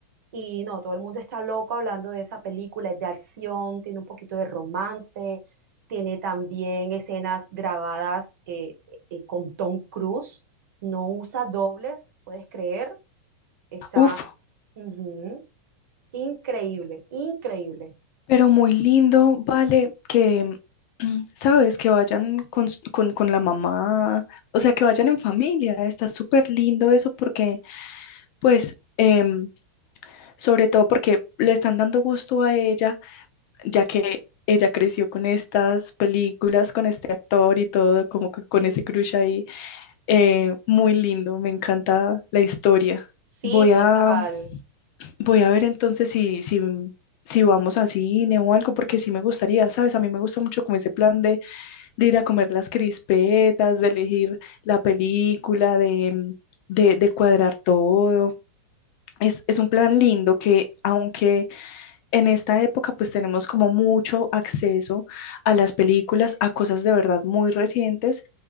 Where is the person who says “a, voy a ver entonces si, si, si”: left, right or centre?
Left